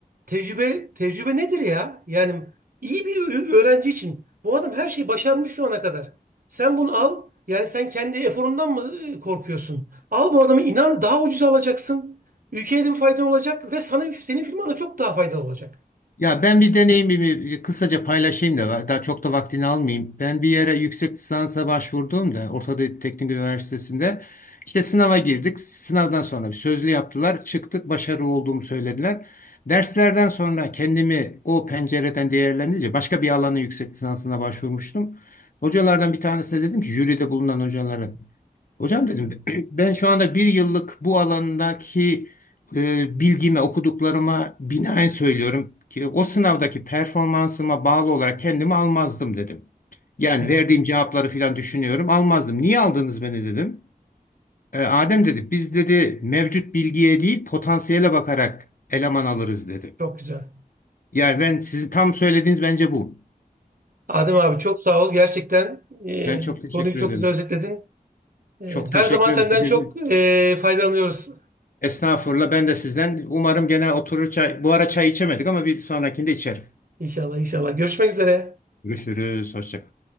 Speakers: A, on the right (about 65°); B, on the left (about 65°).
A: tecrübe tecrübe nedir ya? Yani iyi bir ö- öğrenci için bu adam her şeyi başarmış şu ana kadar. Sen bunu al yani sen kendi eforundan mı e, korkuyorsun? Al bu adamı inan daha ucuz alacaksın. Ülkeye de bir faydan olacak ve sana senin firmana çok daha faydalı olacak.
B: Ya ben bir deneyimimi kısaca paylaşayım da daha çok da vaktini almayayım. Ben bir yere yüksek lisansa başvurduğumda Orta Doğu Teknik Üniversitesi'nde işte sınava girdik. Sınavdan sonra bir sözlü yaptılar. Çıktık başarılı olduğumu söylediler. Derslerden sonra kendimi o pencereden değerlendirince başka bir alanın yüksek lisansına başvurmuştum. Hocalardan bir tanesine dedim ki jüride bulunan hocalara. Hocam dedim <clears throat> ben şu anda bir yıllık bu alandaki e, bilgime, okuduklarıma binaen söylüyorum ki o sınavdaki performansıma bağlı olarak kendimi almazdım dedim. Yani
A: Evet.
B: verdiğim cevapları falan düşünüyorum almazdım. Niye aldınız beni dedim. E, Adem dedi biz dedi mevcut bilgiye değil potansiyele bakarak eleman alırız dedi.
A: Çok güzel.
B: Yani ben sizin tam söylediğiniz bence bu.
A: Adem abi çok sağ ol. Gerçekten e,
B: Ben çok teşekkür
A: konuyu çok
B: ederim.
A: güzel özetledin. E,
B: Çok teşekkür
A: her zaman senden
B: ederim.
A: çok e, faydalanıyoruz.
B: Estağfurullah. Ben de sizden. Umarım gene oturur çay. Bu ara çay içemedik ama bir sonrakinde içerim.
A: İnşallah inşallah. Görüşmek üzere.
B: Görüşürüz. Hoşça kalın.